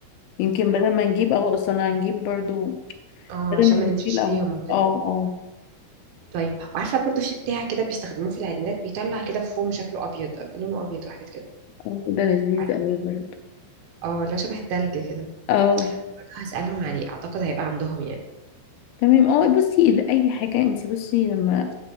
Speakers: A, on the left; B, on the right.
A: يمكن بدل ما نجيب قهوة اصلا هنجيب برضو
B: اه
A: بدل
B: عشان ما
A: ما
B: نمشيش
A: نشيل قهوة
B: بيهم وكده
A: اه اه
B: طيب وعارفة برضو في بتاع كده بيستخدموه في العيد ميلاد بيطلع كده فوم شكله أبيض لونه أبيض وحاجات كده
A: آه، ده لذيذ
B: عارفة
A: اوي برضو
B: اه لو شبه التلج كده
A: اه
B: برضو هسألهم عليه أعتقد هيبقى عندهم يعني
A: تمام اه بصي ال- اي حاجة انتي بصي لما